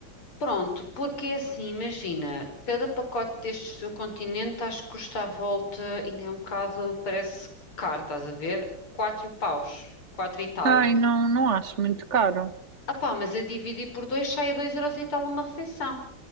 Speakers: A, on the left; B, on the right.
A: Pronto, porque é assim, imagina, cada pacote destes do continente acho que custa à volta, ainda é um bocado, parece caro, estás a ver? Quatro paus, quatro e tal.
B: Ai, não, não acho muito caro.
A: Ah pá, mas a dividir por dois sai a dois euros e tal uma refeição.